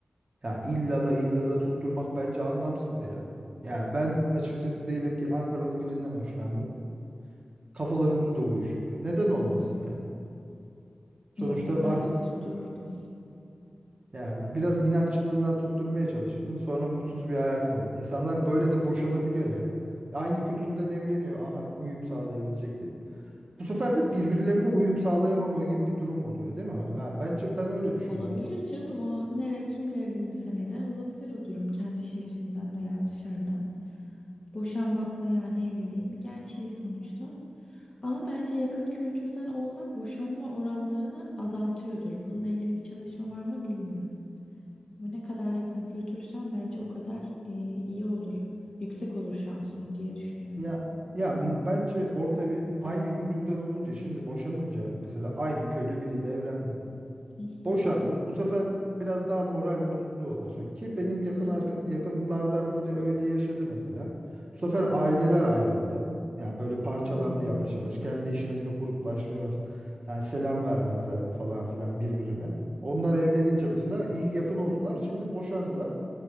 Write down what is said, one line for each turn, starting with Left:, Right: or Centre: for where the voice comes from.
Right: Ya illa da illa da tutturmak bence anlamsız ya. Ya ben açıkçası diyelim ki Ankaralı birinden hoşlandım. Kafalarımız da uyuşuyor. Neden olmasın yani? Sonuçta
Left: Yok ben
Right: artık
Left: tuttururdum.
Right: Ya biraz inatçılığından tutturmaya çalışırdın. Sonra mutsuz bir hayatın olur. İnsanlar böyle de boşanabiliyor ya. Aynı kültürden evleniyor. Aha uyum sağlayabilecekti. Bu sefer de birbirlerine uyum sağlayamama gibi bir durum oluyor değil mi? Yani bence ben öyle düşünüyorum.
Left: Olabilir canım o nereye kimle evlenirsen evlen olabilir o durum kendi şehrinden veya dışarıdan. Boşanmak da yani evliliğin bir gerçeği sonuçta. Ama bence yakın kültürden olmak boşanma oranlarını azaltıyordur. Bununla ilgili bir çalışma var mı bilmiyorum. Ama ne kadar yakın kültürsen bence o kadar e, iyi olur. Yüksek olur şansın diye düşünüyorum.
Right: Ya ya m- bence orada bir aynı kültürden olunca şimdi boşanınca mesela aynı köylü biriyle evlendin.
Left: Hı hı,
Right: Boşandı. Bu sefer biraz daha moral bozukluğu olacak ki benim yakın
Left: tabii.
Right: arka- yakınlardan biri öyle yaşadı mesela. Bu sefer aileler ayrıldı. Yani böyle parçalandı
Left: Hmm.
Right: yavaş yavaş. Kendi işlerinde gruplaşmaya başladı. Yani selam vermezlerdi falan filan birbirine. Onlar evlenince mesela iyi yakın oldular. Şimdi boşandılar.